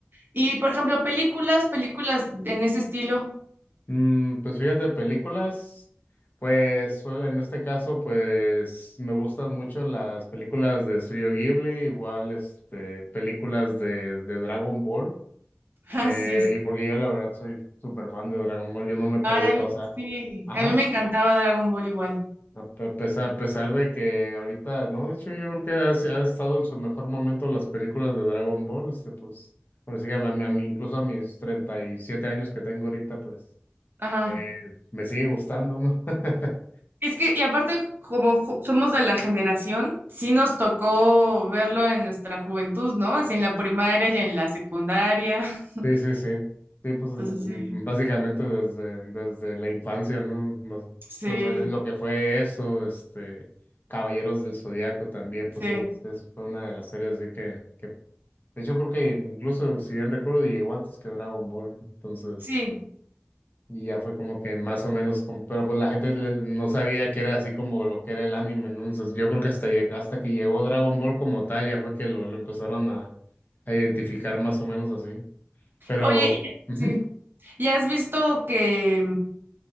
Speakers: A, on the right; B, on the left.
A: y por ejemplo, películas, películas en ese estilo. <laughs>
B: Mm, pues fíjate, películas, pues suel- en este caso, pues me gustan mucho las películas de Studio Ghibli, igual este películas de, de Dragon Ball.
A: Ah,
B: Eh,
A: sí, sí.
B: y porque yo la verdad soy súper fan de Dragon Ball, yo no me he perdido,
A: Ay, a mí,
B: o sea,
A: sí,
B: ajá,
A: a mí me encantaba Dragon Ball igual.
B: a pe- pesar, a pesar de que ahorita, no, de hecho yo creo que ha, se- ha estado en su mejor momento las películas de Dragon Ball, este, pues, ahora sí que a mí, a mí, incluso a mis 37 años que tengo ahorita, pues,
A: Ajá.
B: eh, me sigue gustando, ¿no? <laughs>
A: Es que, y aparte, como ju- somos de la generación, sí nos tocó verlo en nuestra juventud, ¿no? Así en la primaria y en la secundaria. <laughs>
B: Sí, sí, sí. Sí, pues es,
A: Entonces,
B: mm,
A: sí,
B: básicamente desde, desde la infancia, ¿no? Bas-
A: sí,
B: O sea, lo lo que fue eso, este, Caballeros del Zodiaco también, pues
A: sí,
B: es, es- fue una de las series de que, que, de hecho creo que incluso, si bien recuerdo, llegó antes que Dragon Ball, entonces,
A: sí.
B: y ya fue como que más o menos, como- pero pues la gente le- no sabía que era así como lo que era el anime, ¿no? Entonces yo creo que hasta, lleg- hasta que llegó Dragon Ball como tal, ya fue que lo, lo empezaron a, a identificar más o menos así, pero...
A: Oye, y-
B: ujú.
A: sí. ¿Y has visto que,